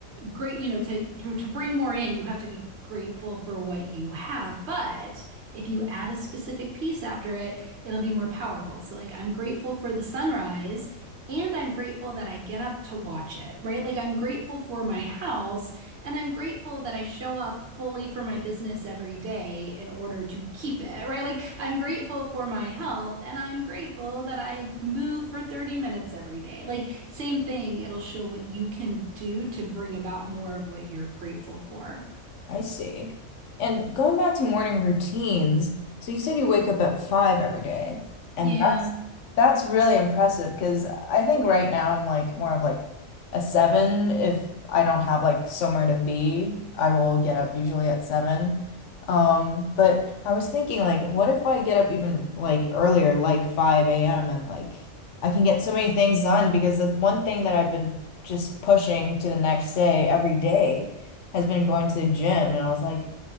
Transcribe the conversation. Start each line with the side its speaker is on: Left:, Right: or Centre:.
Right: great, you know, to, to to bring more in, you have to be grateful for what you have. But if you add a specific piece after it, it'll be more powerful. So like I'm grateful for the sunrise and I'm grateful that I get up to watch it, right? Like I'm grateful for my house and I'm grateful that I show up fully for my business every day in order to keep it, right? Like, I'm grateful for my health and I'm grateful that I move for 30 minutes every day. Like, same thing, it'll show what you can do to bring about more of what you're grateful for.
Left: I see. And going back to morning routines, so you said you wake up at five every day, and
Right: Yeah.
Left: that's that's really impressive because I think right now I'm like more of like a seven. If I don't have like somewhere to be, I will get up usually at seven. Um, but I was thinking like, what if I get up even like earlier, like 5 a.m. and like I can get so many things done because the one thing that I've been just pushing to the next day every day has been going to the gym and I was like,